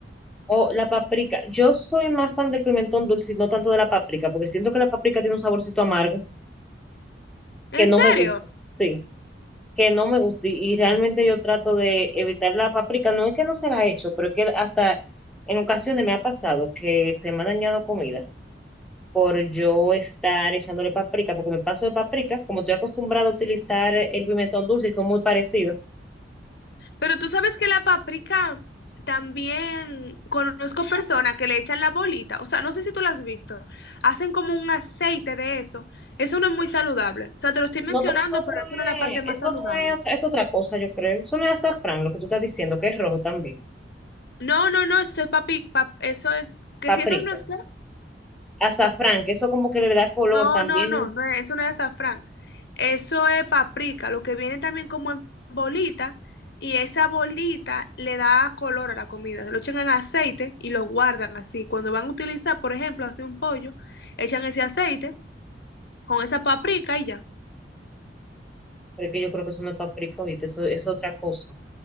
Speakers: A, in the centre; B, on the left.
A: O la paprika. Yo soy más fan del pimentón dulce y no tanto de la paprika, porque siento que la paprika tiene un saborcito amargo.
B: ¿En
A: que no
B: serio?
A: me gusta, sí, que no me gusta. Y y realmente yo trato de evitar la paprika. No es que no se la he hecho, pero es que hasta en ocasiones me ha pasado que se me ha dañado comida por yo estar echándole paprika, porque me paso de paprika, como estoy acostumbrado a utilizar el pimentón dulce y son muy parecidos.
B: Pero tú sabes que la paprika también conozco personas que le echan la bolita. O sea, no sé si tú la has visto. Hacen como un aceite de eso. Eso no es muy saludable. O sea, te lo estoy mencionando,
A: No, pero eso
B: pero
A: no
B: eso no es la parte
A: es,
B: más
A: eso
B: saludable.
A: no es, otra- es otra cosa, yo creo. Eso no es azafrán, lo que tú estás diciendo, que es rojo también.
B: No, no, no, eso es papi, pap- eso es, que
A: Paprika.
B: si eso no es
A: Azafrán, que eso como que le da color
B: No,
A: también,
B: no, no, no es- eso no es azafrán. Eso es paprika, lo que viene también como en bolita y esa bolita le da color a la comida. Se lo echan en aceite y lo guardan así. Cuando van a utilizar, por ejemplo, hacer un pollo, echan ese aceite con esa paprika y ya.
A: Pero es que yo creo que eso no es paprika, ¿oíste? Eso es otra cosa.